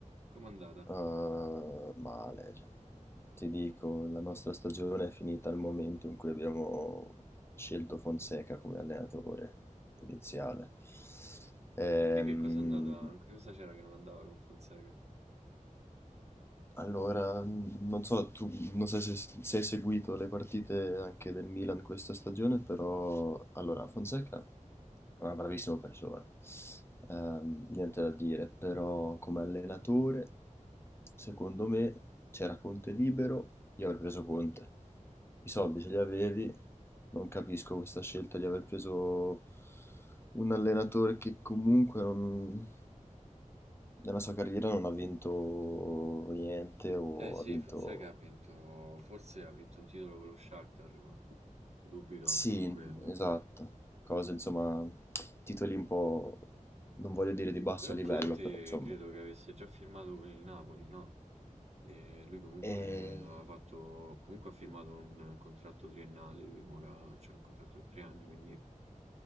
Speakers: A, on the right (about 55°); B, on the left (about 20°).
A: Com'è andata?
B: Uhm, male, cioè, ti dico, la nostra stagione è finita al momento in cui abbiamo scelto Fonseca come allenatore iniziale. Ehm,
A: Perché che cosa è andata? Che cosa c'era che non andava con Fonseca?
B: Allora, mh, non so, tu non so se, se hai seguito le partite anche del Milan questa stagione, però allora Fonseca è una bravissima persona, ehm, niente da dire, però come allenatore, secondo me, c'era Conte libero, io avrei preso Conte. I soldi ce li avevi, non capisco questa scelta di aver preso un allenatore che comunque non, nella sua carriera non ha vinto niente o
A: Eh sì,
B: ha vinto...
A: Fonseca ha vinto, forse ha vinto un titolo con lo Shakhtar, ma dubito
B: Sì,
A: anche su quello.
B: esatto, cose insomma, titoli un po', non voglio dire di basso
A: Però
B: livello,
A: Conte
B: però insomma.
A: credo che avesse già firmato con il Napoli, no? E lui comunque
B: E...
A: aveva fatto, comunque ha firmato un contratto triennale, lui ora c'ha un contratto per tre anni, quindi